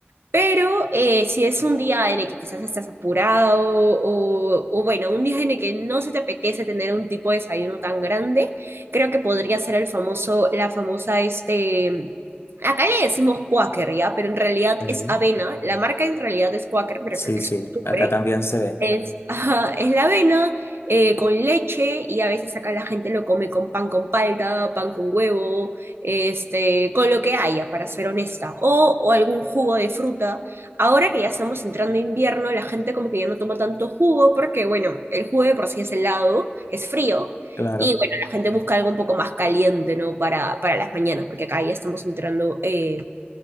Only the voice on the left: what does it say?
Ok.
Sí,
sí,
acá también se ve,
claro.